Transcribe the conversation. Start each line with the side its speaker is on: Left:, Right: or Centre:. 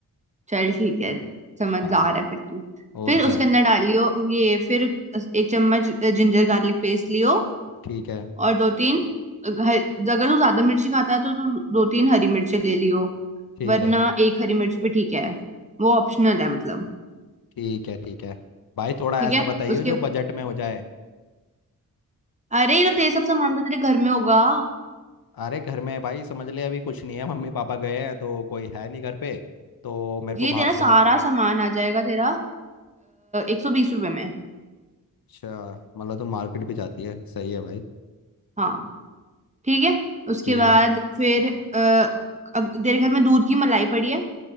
Right: चल ठीक है समझ
Left: हाँ
Right: जा रहा है फिर तू
Left: और
Right: फिर
Left: क्या
Right: उसके अंदर डाल लियो ये फिर एक चम्मच जिंजर गार्लिक पेस्ट लियो
Left: ठीक है
Right: और दो तीन हर- अगर तू ज्यादा मिर्ची खाता है तो तू दो तीन हरी मिर्ची ले लियो
Left: ठीक
Right: वरना
Left: है
Right: एक हरी मिर्च भी ठीक है वो ऑप्शनल है मतलब
Left: ठीक है ठीक है भाई थोड़ा
Right: ठीक
Left: ऐसा
Right: है
Left: बताइए
Right: उसके
Left: जो बजट में हो जाए
Right: अरे ये तो तेरे सब सामान तो तेरे घर में होगा
Left: अरे घर में भाई समझ ले अभी कुछ नहीं है मम्मी पापा गए हैं तो कोई है नहीं घर पे तो मेरे को
Right: ये
Left: बाहर
Right: तेरा
Left: से
Right: सारा
Left: ले
Right: सामान आ जाएगा तेरा एक सौ बीस रुपए में
Left: अच्छा मतलब तो मार्केट भी जाती है सही है भाई
Right: हाँ ठीक है उसके
Left: ठीक
Right: बाद
Left: है
Right: फिर अ, अग- तेरे घर में दूध की मलाई पड़ी है